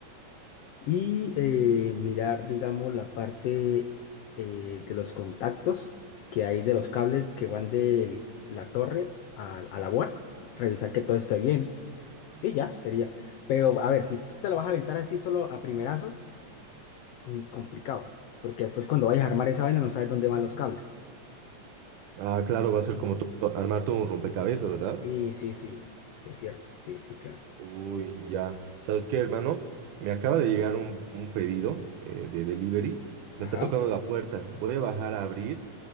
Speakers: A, on the left; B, on the right.
A: y eh, mirar, digamos, la parte eh, de los contactos que hay de los cables que van de la torre a, a la board, revisar que todo esté bien y ya sería. Pero a ver, si tú te lo vas a aventar así solo a primerazo, mm, complicado, porque después cuando vayas a armar esa vaina no sabes dónde van los cables.
B: Ah, claro, va a ser como to- armar todo un rompecabezas, ¿verdad?
A: Sí, sí, sí, es cierto, sí, sí, claro.
B: Uy, ya. ¿Sabes qué, hermano? Me acaba de llegar un, un pedido eh, de delivery.
A: Ajá.
B: Me está tocando la puerta. Voy a bajar a abrir